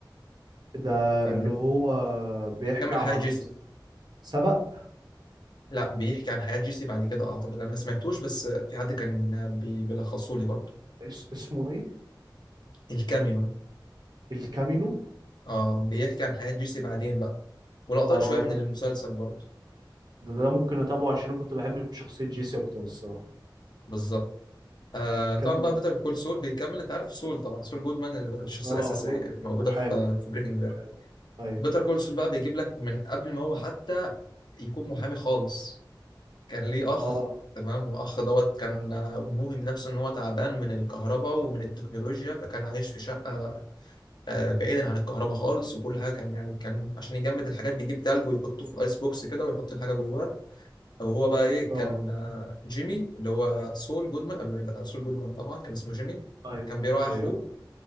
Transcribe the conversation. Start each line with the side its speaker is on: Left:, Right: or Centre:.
Right: ده
Left: كان
Right: اللي
Left: بي-
Right: هو بيحكي
Left: بيكمل
Right: عن
Left: حياه
Right: عن
Left: جيسي
Right: سبق
Left: لا بيحكي عن حياه جيسي بعد كده اعتقد انا ما سمعتوش بس آه، في حد كان آه، بي- بيلخصه لي برضه
Right: اس- اسمه ايه
Left: الكامينو
Right: الكامينو
Left: اه بيحكي عن حياة جيسي بعدين بقى ولقطات
Right: اه
Left: شوية
Right: ده
Left: من المسلسل برضه
Right: ده, ده ممكن اتابعه عشان انا كنت بحب شخصيه جيسي اكتر الصراحه
Left: بالظبط آه طبعا
Right: كان
Left: بقى بيتر كول سول بيكمل انت عارف سول طبعا سول جودمان الشخصية
Right: اه
Left: الأساسية موجودة
Right: المحامي
Left: في في بريكنج باد
Right: المحامي ايوه
Left: بيتر كول سول بقى بيجيب لك من قبل ما هو حتى يكون محامي خالص كان ليه أخ
Right: اه
Left: تمام وأخ دوت كان آه، موهم نفسه إن هو تعبان من الكهرباء ومن التكنولوجيا فكان عايش في شقة آه، بعيدا عن الكهرباء خالص وكل حاجة كان يعني كان عشان يجمد الحاجات بيجيب تلج ويحطه في آيس بوكس كده ويحط الحاجة جواه او هو بقى ايه
Right: اه
Left: كان آه، جيمي اللي هو سول جودمان قبل ما يبقى سول جودمان طبعا كان اسمه جيمي
Right: ايوه
Left: كان بيراعي اخوه
Right: ايوه